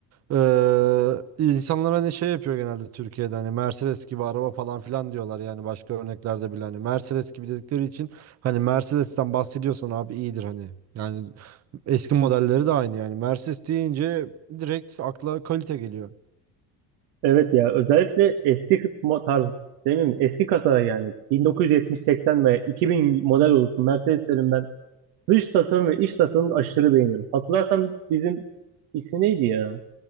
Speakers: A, on the right; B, on the right.
A: Ee, insanlar hani şey yapıyor genelde Türkiye'de hani Mercedes gibi araba falan filan diyorlar yani başka örneklerde bile hani Mercedes gibi dedikleri için hani Mercedes'ten bahsediyorsan abi iyidir hani yani eski modelleri de aynı yani Mercedes deyince direkt akla kalite geliyor.
B: Evet ya özellikle eski kı- mo- tarz değil mi? Eski kasa yani 1970-80 veya 2000 model olsun Mercedeslerin ben Dış tasarım ve iç tasarımı aşırı beğeniyorum. Hatırlarsan bizim ismi neydi ya?